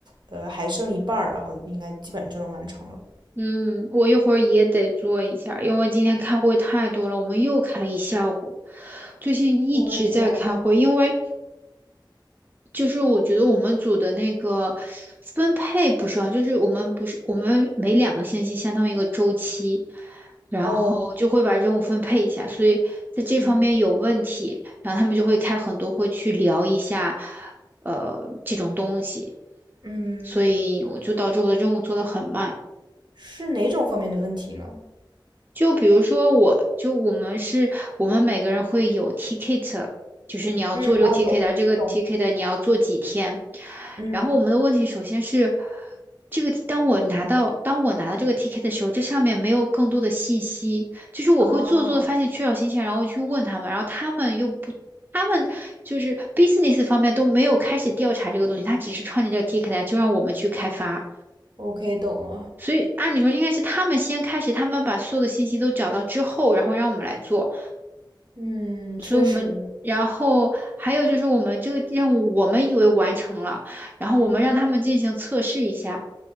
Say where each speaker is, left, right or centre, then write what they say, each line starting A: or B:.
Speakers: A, on the right (about 60°); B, on the right (about 25°).
A: 呃，还剩一半儿，然后应该基本就能完成了。
B: 嗯，我一会儿也得做一下，因为今天开会太多了，我们又开了一下午，最近一直在开会，
A: 我的天，
B: 因为就是我觉得我们组的那个分配不是啊，就是我们不是我们每两个星期相当于一个周期，然后就会把任务分配一下，
A: 哦，
B: 所以在这方面有问题，
A: 嗯
B: 然后他们就会开很多会去聊一下，呃，这种东西，
A: 嗯，
B: 所以我就导致我的任务做得很慢。
A: 是哪种方面的问题呢？
B: 就比如说我，就我们是，我们每个人会有 ticket，就是你要做这个
A: 嗯啊，
B: ticket，
A: 懂懂，
B: 这个 ticket 你要做几天。
A: 嗯
B: 然后我们的问题首先是，这个当我拿到当我拿到这个 ticket 的时候，这上面没有更多的信息，就是我会做做的发现缺少信息，
A: 啊
B: 然后去问他们，然后他们又不，他们就是 business 方面都没有开始调查这个东西，他只是创建这个 ticket 就让我们去开发。
A: ，OK，懂了。
B: 所以按理说应该是他们先开始，他们把所有的信息都找到之后，然后让我们来做。
A: 嗯，
B: 所以我们，
A: 确实，
B: 然后还有就是我们这个任务，我们以为完成了，然后我们让他们进行测试一下，
A: 嗯